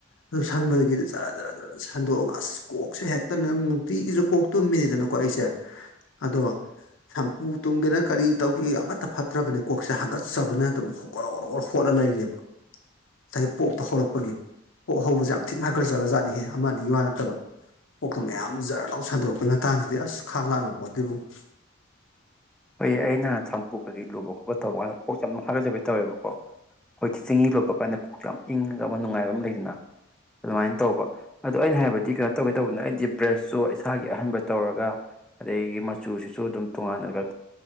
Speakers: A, on the left; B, in the centre.
A: ꯑꯗꯨ ꯁꯪꯕꯗꯒꯤꯗꯤ ꯔꯥ ꯖꯔꯥ ꯖꯔ ꯁꯟꯗꯣꯛꯑꯒ ꯑꯁ ꯀꯣꯛꯁꯦ ꯍꯦꯛꯇꯅ ꯅ ꯅꯨꯡꯇꯤꯒꯤꯁꯨ ꯀꯣꯛ ꯇꯨꯝꯃꯤꯅꯤꯗꯅꯀꯣ ꯑꯩꯁꯦ ꯑꯗꯣ ꯁꯝꯄꯨ ꯇꯨꯝꯒꯦꯅ ꯀꯔꯤ ꯇꯧꯒꯦ ꯑꯃꯠꯇ ꯐꯠꯇ꯭ꯔꯕꯅꯤ ꯀꯣꯛꯁꯦ ꯀꯠꯆꯕꯅ ꯑꯗꯨꯝꯔꯧꯔ ꯍꯣꯠꯂ ꯂꯩꯔꯦꯕ ꯉꯁꯥꯏꯒꯤ ꯄꯣꯛꯇꯣ ꯍꯧꯔꯛꯄꯒꯤ ꯄꯣꯛ ꯍꯧꯕꯁꯦ ꯌꯥꯝ ꯊꯤꯅ ꯍꯒꯠꯆꯔꯒ ꯖꯠꯅꯤꯍꯦ ꯑꯃꯅꯤ ꯑ ꯋꯥ ꯅꯠꯇꯕ ꯄꯣꯛꯇ ꯃꯌꯥꯝ ꯖꯔꯅꯥꯧ ꯁꯟꯗꯣꯔꯛꯄꯩ ꯃꯇꯥꯡꯁꯤꯗꯤ ꯑꯁ ꯈꯥꯡ ꯂꯥꯛꯅ ꯄꯣꯠꯇꯏꯕꯨꯨꯡ
B: ꯍꯣꯏ ꯑꯩꯅ ꯊꯝꯕꯨꯨ ꯀꯩ ꯂꯨ ꯈꯣꯠꯄ ꯇꯧꯕ ꯀꯥꯟꯗ ꯀꯣꯛꯁꯦ ꯌꯥꯝ ꯍꯥꯒꯠꯆꯕꯩ ꯇꯧꯋꯦꯕꯀꯣ ꯍꯧꯖꯤꯛꯇꯤ ꯆꯤꯡꯍꯤ ꯂꯣꯠꯄ ꯀꯥꯟꯗ ꯀꯣꯛꯁꯦ ꯌꯥꯝ ꯏꯪꯉꯒ ꯑꯃ ꯅꯨꯡꯉꯥꯏꯕ ꯑꯃ ꯂꯩꯗꯅ ꯑꯗꯨꯃꯥꯏꯅ ꯇꯧꯕ ꯑꯗꯣ ꯑꯩꯅ ꯍꯥꯏꯕꯗꯤ ꯀꯩꯅꯣ ꯇꯧꯒꯦ ꯇꯧꯕꯗꯅ ꯑꯩꯗꯤ ꯕ꯭ꯔꯁꯁꯨ ꯏꯁꯥꯒꯤ ꯑꯍꯟꯕ ꯇꯧꯔꯒ ꯑꯗꯒꯤ ꯃꯆꯨꯁꯤ ꯁꯨ ꯑꯗꯨꯝ ꯇꯣꯉꯥꯟꯅꯒ